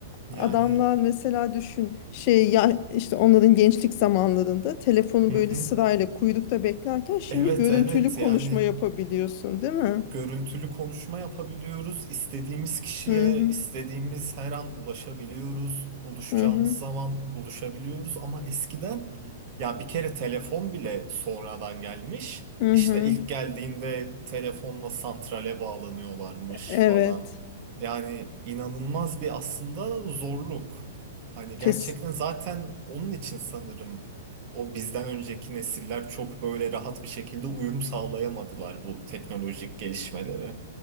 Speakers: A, on the right; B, on the left.
A: Yani
B: Adamlar mesela düşün şey ya işte onların gençlik zamanlarında telefonu
A: hı
B: böyle
A: hı.
B: sırayla kuyrukta beklerken şimdi
A: Evet
B: görüntülü
A: evet
B: konuşma
A: yani
B: yapabiliyorsun, değil mi?
A: görüntülü konuşma yapabiliyoruz. İstediğimiz kişiye
B: Hı hı.
A: istediğimiz her an ulaşabiliyoruz. Buluşacağımız
B: Hı hı.
A: zaman buluşabiliyoruz ama eskiden ya bir kere telefon bile sonradan gelmiş.
B: Hı
A: İşte
B: hı.
A: ilk geldiğinde telefonla santrale bağlanıyorlarmış
B: Evet.
A: falan. Yani inanılmaz bir aslında zorluk. Hani gerçekten
B: Kes,
A: zaten onun için sanırım o bizden önceki nesiller çok böyle rahat bir şekilde uyum sağlayamadılar bu teknolojik gelişmelere.